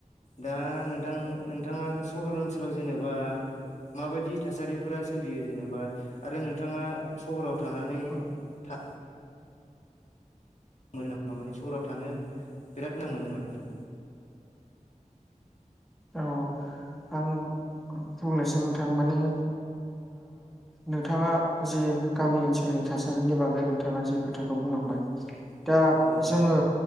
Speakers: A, on the left; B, in the centre.
A: दा नोंथां नोंथाङा सहर ओनसोलाव जेनेबा माबायदि थासारिफोरा सोलियो जेन'बा आरो नोंथाङा सहराव थानानै
B: उम
A: था मोनो नामा माने सहराव थानो बिराद <unintelligible> मोनो नामा नोंथां?
B: औ आं बुंंनोसै नोंथां माने नोंथाङा जि गामि ओनसोलनि थासारिनि बागै नोंथाङा जि खोथाखौ बुंलांबाय
A: <inaudible>
B: दा
A: नोंथां
B: जोङो